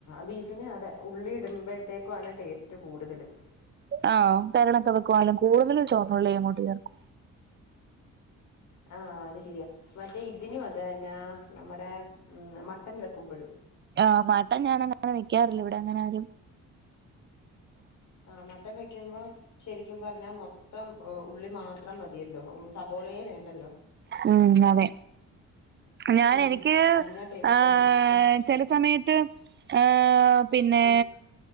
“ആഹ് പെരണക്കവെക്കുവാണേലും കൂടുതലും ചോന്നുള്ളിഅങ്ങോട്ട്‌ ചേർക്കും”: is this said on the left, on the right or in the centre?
Right